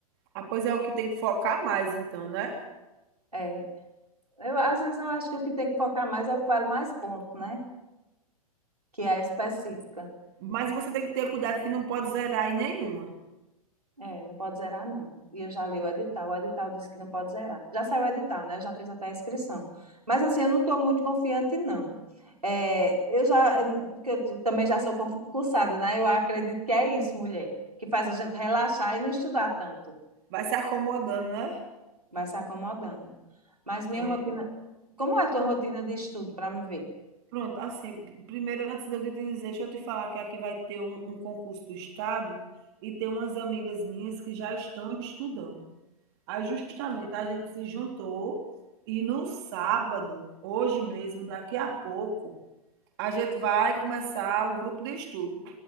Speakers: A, on the right; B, on the right.
A: Ah, pois é o que tem que focar mais, então, né?
B: É. Eu, às vezes eu acho que o que tem que focar mais é o que vale mais ponto, né? Que é a específica.
A: Mas você tem que ter cuidado que não pode zerar em nenhuma.
B: É, não pode zerar, não. E eu já li o edital, o edital disse que não pode zerar. Já saiu o edital, né? Eu já fiz até a inscrição. Mas, assim, eu não estou muito confiante, não. É, eu já, porque eu também já sou concursada, né? Eu acredito que é isso, mulher, que faz a gente relaxar e não estudar tanto,
A: Vai se acomodando, né?
B: vai se acomodando. Mas minha
A: É.
B: rotina. Como é a tua rotina de estudo, para me ver?
A: Pronto, assim, p- primeiro, antes de eu te dizer, deixa eu te falar que aqui vai ter um, um concurso do Estado e tem umas amigas minhas que já estão estudando. Aí, justamente, a gente se juntou e no sábado, hoje mesmo, daqui a pouco. a gente vai começar o grupo de estudo,